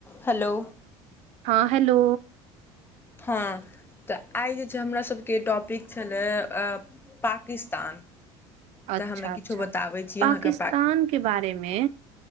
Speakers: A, on the left (about 15°); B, on the right (about 60°).
A: Hello
B: हँ hello
A: हँ तऽ आइ जे छै हमरा सबके टॉपिक छलै पाकिस्तान
B: अच्छा
A: तऽ हमे
B: अच्छा
A: किछो बताबै छी
B: पाकिस्तान
A: अहाँके
B: के बारेमे